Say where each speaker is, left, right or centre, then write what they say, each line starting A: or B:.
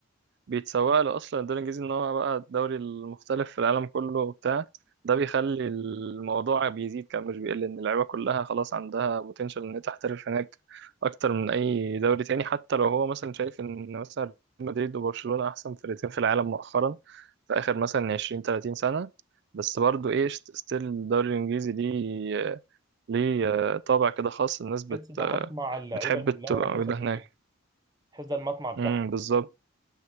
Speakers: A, on the right; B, on the right.
A: بيتسوق له اصلا الدوري الانجليزي ان هو بقى الدوري المختلف في العالم كله وبتاع ده بيخلي الموضوع بيزيد كان مش بيقل ان اللعيبه كلها خلاص عندها بوتنشال ان هي تحترف هناك اكتر من اي دوري تاني حتى لو هو مثلا شايف ان مثلا ريال مدريد وبرشلونه احسن فرقتين في العالم مؤخرا في اخر مثلا 20 30 سنه بس برضو ايه ستيل الدوري الانجليزي ليه ليه طابع كده خاص الناس بت
B: بحس ده مطمع اللعيبة
A: بتحب
B: كلها
A: تبقى
B: انها توصل
A: موجودة
B: هناك
A: هناك
B: بحس ده المطمع بتاعها
A: امم بالظبط